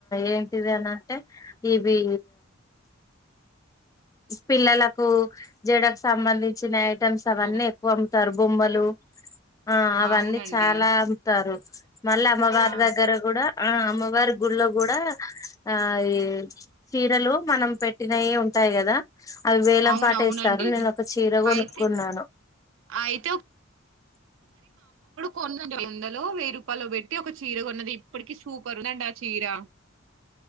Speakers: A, on the left; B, on the right.
A: ఏంటిది అనింటే ఇవి పిల్లలకు జడకు సంబంధించిన ఐటమ్స్ అన్న
B: బొమ్
A: ఎక్కువ అమ్ము కర్బొమ్మలు ఆ అవన్నీ
B: అవునండి.
A: చాలా అంతారు మళ్ళీ అమ్మవారి
B: ఆ
A: దగ్గర కూడా ఆ అమ్మవారి గుళ్ళో కూడా ఆ ఈ చీరలు మనం పెట్టినవి ఉంటాయి కదా అవి వేలం
B: అవునవునండి.
A: పాటేస్తారు నేను ఒక చీర కొనుక్కున్నాను
B: అయితే అయితే కొన్నంది వందలో వేరు ప్పలో పెట్టి ఒక చీర కొన్నది ఇప్పటికి సూపర్ ఉందంట ఆ చీరా